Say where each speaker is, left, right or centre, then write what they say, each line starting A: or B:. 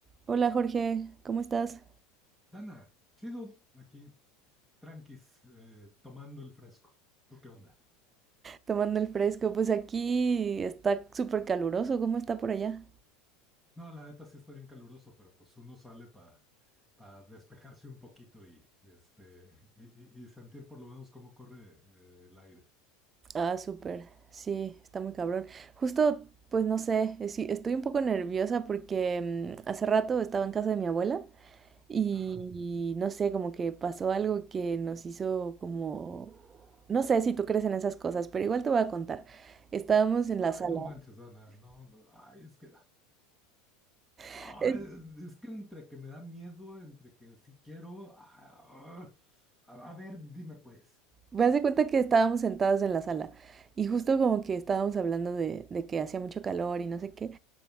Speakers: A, on the right (about 25°); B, in the centre.
A: Hola Jorge, ¿cómo estás?
B: Dana, chido, aquí, tranquis, eh, tomando el fresco. ¿Tú qué onda?
A: Tomando el fresco, pues aquí está súper caluroso, ¿cómo está por allá?
B: No, la neta sí está bien caluroso, pero pues uno sale para despejarse un poquito y, este, y, y- y sentir por lo menos cómo corre eh, el aire.
A: Ah, súper, sí, está muy cabrón. Justo, pues no sé, es- sí, estoy un poco nerviosa porque mm, hace rato estaba en casa de mi abuela y
B: Ajá.
A: no sé, como que pasó algo que nos hizo como... No sé si tú crees en esas cosas, pero igual te voy a contar. Estábamos en
B: Ay,
A: la sala.
B: no manches, Dana, no, no, ay, es que, ay,
A: <laughs>
B: es que entre que me da miedo, entre que sí quiero, ah, ah, a, a ver, dime pues.
A: Me hace cuenta que estábamos sentados en la sala y justo como que estábamos hablando de, de que hacía mucho calor y no sé qué.